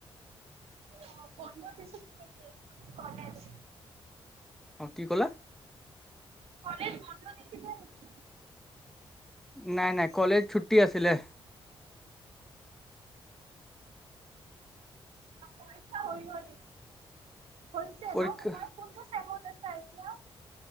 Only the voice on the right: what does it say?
অহ বন্ধ পিছত কি কি কলেজ?
কলেজ বন্ধ দিছিলে নেকি?
পৰীক্ষা হৈ গ'ল? হৈছে
নহ। তোমাৰ কোনটো চেমত আছিলে <unintelligible> এতিয়া